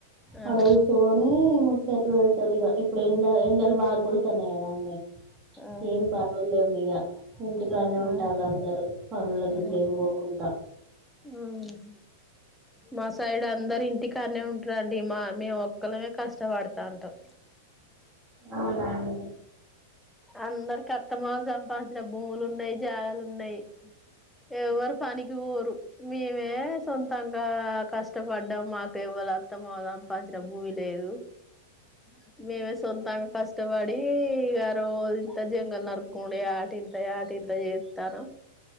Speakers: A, in the centre; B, on the right (about 20°).
A: ఆ
B: అడ కూసోని ముచ్చట్లు పెడు ఇప్పుడు ఎండ ఎండలు బాగా కొడుతున్నాయి కదా అండి
A: ఆ
B: ఏం పనులు లేవు ఇగ ఇంటికానే
A: ఆ
B: ఉంటాల అందరూ పనుల గిట్ల
A: ఆ
B: ఏం పోకుంట
A: ఉమ్ మా సైడ్ అందరు ఇంటికానే ఉంటారండి మా మేము ఒక్కళమే కష్టపడుతాంటాం
B: అవునాఅండి
A: అందరికీ అత్తమామ సంపాదించిన భూములు ఉన్నాయి జాగాలు ఉన్నాయి ఎవ్వరు పనికి పోరు మేమే సొంతంగా కష్టపడ్డం మాకు ఎవ్వరు అత్తమామ సంపాదించిన భూమి లేదు దు మేమే సొంతంగా కష్టపడి ఇగ రోజు ఇంత జంగల్ నరకు ఉండే ఏట ఇంత ఏట ఇంత చేత్తాను